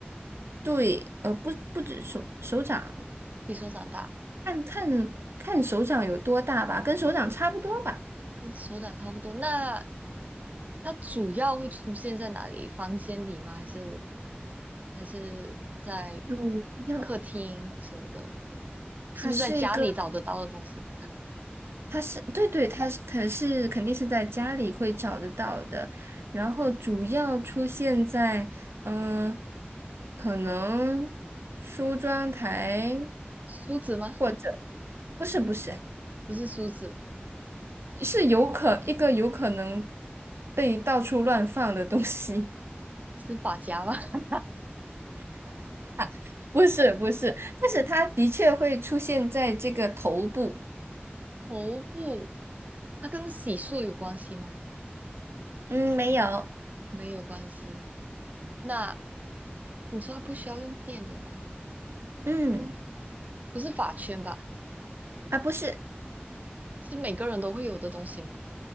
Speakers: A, on the right; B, on the right.
A: 对，呃，不，不止手手掌，
B: 比手掌大。
A: 看看看手掌有多大吧，跟手掌差不多吧。
B: 跟手掌差不多。那它主要会出现在哪里？房间里吗？还是还是在
A: 主要
B: 客厅什么的？
A: 它是一个，
B: 是不是在家里找得到的东西？
A: 它是对对，它是可是肯定是在家里会找得到的，然后主要出现在嗯、呃可能梳妆台
B: 梳子吗？
A: 或者不是不是
B: 不是梳子，
A: 是有可一个有可能被到处乱放的东西，
B: 是发夹吗？<laughs>
A: <laughs> 不是不是，但是它的确会出现在这个头部。
B: 头部，它跟洗漱有关系吗？
A: 嗯，没有，
B: 没有关系。那你说它不需要用电，对吧？
A: 嗯，
B: 不是发圈吧？
A: 啊，不是，
B: 是每个人都会有的东西吗？